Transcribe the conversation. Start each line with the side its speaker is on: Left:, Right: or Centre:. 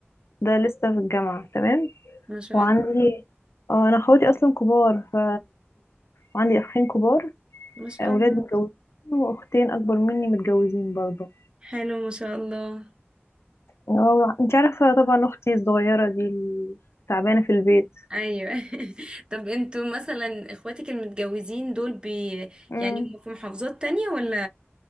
Left: ده لسه في الجامعه تمام
Right: ما شاء
Left: وعندي
Right: الله
Left: اه انا اخواتي اصلا كبار ف وعندي اخين كبار
Right: ما شاء
Left: اولاد
Right: الله
Left: متجوزين واختين اكبر مني متجوزين برضه
Right: حلو ما شاء الله
Left: اه انت عارفه طبعا اختي الصغيره دي اللي تعبانه في البيت
Right: ايوه <laughs> طب انتوا مثلا اخواتك المتجوزين دول بي
Left: امم
Right: يعني هم في محافظات تانية ولا